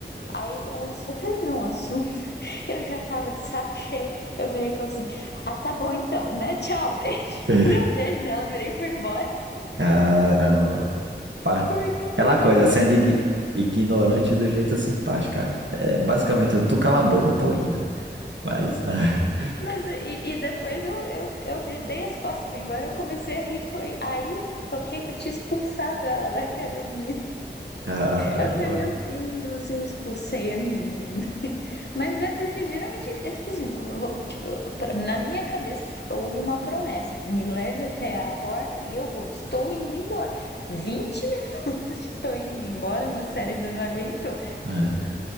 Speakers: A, on the left (about 65°); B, on the right (about 80°).
A: Aí ela só terminou o assunto. Eu já tava de saco cheio. Eu virei e falei assim: Ah, tá bom então, né? Tchau, beijo. <laughs>
B: <laughs>
A: Dei um beijo nela, virei e fui embora.
B: Caramba. Pa-
A: Porque eu
B: Aquela
A: fiquei
B: coisa,
A: muito
B: sendo
A: sacada.
B: ig- ignorante do jeito simpático, cara. É basicamente, eu tô cala a boca, eu tô indo. Mas, né? <laughs>
A: Mas e, e depois eu, eu, eu vi- dei as costas e fui embora. Eu comecei a rir. co- Aí eu me toquei que eu tinha expulsado ela da academia.
B: Caramba.
A: Aí Eu falei, meu Deus, eu expulsei a menina. <laughs> Mas é porque geralmente é tipo assim, vo- vo- tipo, pra- na minha cabeça houve uma promessa. Me leve até a porta e eu vou. Estou indo embora. vinte <laughs> minutos de tô indo embora, meu cérebro não aguentou.
B: né.